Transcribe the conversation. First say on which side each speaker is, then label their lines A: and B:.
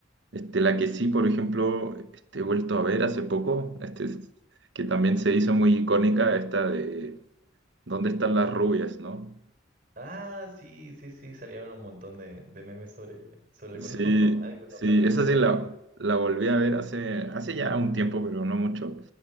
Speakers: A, on the right; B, on the right.
A: Este, la que sí, por ejemplo, este, he vuelto a ver hace poco, este, que también se hizo muy icónica, esta de ¿Dónde están las rubias, no?
B: Ah, sí, sí, sí, salieron un montón de, de memes sobre, sobre algunos,
A: Sí,
B: <laughs> algunos
A: sí,
B: fragmentos
A: esa
B: de
A: sí
B: la
A: la,
B: película.
A: la volví a ver hace, hace ya un tiempo, pero no mucho,